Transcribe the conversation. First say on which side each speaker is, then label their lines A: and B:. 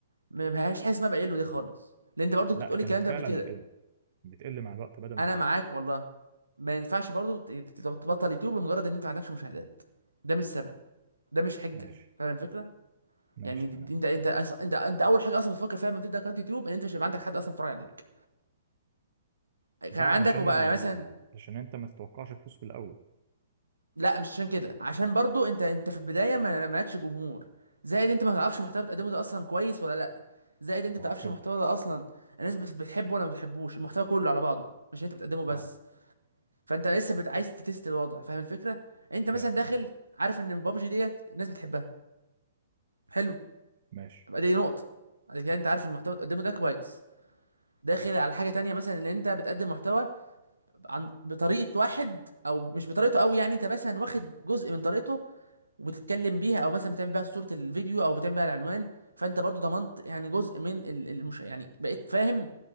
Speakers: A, on the right; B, on the right.
A: ما بهاش حاجه اسمها بيقله دي خالص لان انت برضو كنت
B: لا
A: بتقولي
B: كانت
A: الكلام
B: فعلا
A: ده قبل كده
B: بتقل بتقل مع الوقت بدل ما
A: انا
B: تزيد
A: معاك والله ما ينفعش برضو ت- ت- تبطل يوتيوب لمجرد ان انت ما عندكش مشاهدات ده مش سبب ده مش حجه
B: ماشي
A: فاهم الفكره
B: ماشي
A: يعني دي-
B: تمام
A: دي- انت انت أص- انت انت اول حاجه اصلا بتفكر فيها لما تبدا قناه يوتيوب ان انت مش هيبقى عندك حد اصلا يتفرج عليك كان
B: ده علشان
A: عندك وبقى
B: آه،
A: مثلا
B: علشان انت ما تتوقعش فلوس في الاول
A: لا مش عشان كده عشان برضو انت انت في البدايه ما مالكش جمهور زائد انت ما تعرفش المحتوى بتقدمه ده اصلا كويس ولا لا زائد انت
B: اه
A: ما تعرفش
B: فهمتك
A: المحتوى ده اصلا الناس بت- بتحبه ولا ما بتحبوش المحتوى كله على بعضه مش انت بتقدمه بس
B: اه
A: فانت لسه بت عايز تتست الوضع فاهم الفكره انت مثلا
B: فاهم
A: داخل عارف ان بابجي ديت الناس بتحبها حلو
B: ماشي
A: يبقى دي نقطه بعد كده انت عارف المحتوى اللي بتقدمه ده كويس داخل على حاجه تانية مثلا ان انت بتقدم محتوى عن بطريقه واحد او مش بطريقته قوي يعني انت مثلا واخد جزء من طريقته وبتتكلم بيها او مثلا بتعمل بيها صورة الفيديو او بتعمل بيها العنوان فانت برضو ضمنت يعني جزء من ال- المش يعني بقيت فاهم